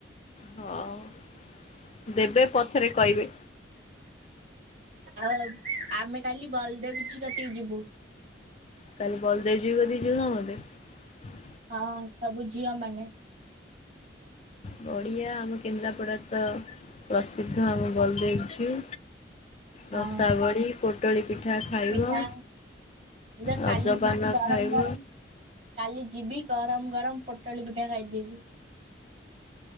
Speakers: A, on the left; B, on the right.
A: ହଁ। ଦେବେ ପଛରେ କହିବେ
B: ଆଉ ଆମେ କାଲି ବଲଦେବ କତିକି ଯିବୁ।
A: କାଲି ବଲଦେବଜୀ କଧି ଯାଉନା ମେ <inaudible>
B: ହଁ ସବୁ ଝିଅ ମାନେ
A: ବଡ଼ିଆ ଆମ କେନ୍ଦ୍ରାପଡ଼ା ତ ପ୍ରସିଦ୍ଧ ଆମ ବଲଦେବଝୁ ରସାବଳି,
B: ହଁ
A: ପୋଟଳ ପିଠା ଖାଇବ
B: ପିଠା ମୁଁ
A: ରଜପାନ
B: କାଲି ଯିବି ଗରମ
A: ଖାଇବ।
B: ଗରମ କାଲି ଯିବି <inaudible> ଗରମ ଗରମ ପୋଟଳ ପିଠା ଖାଇଦେବି।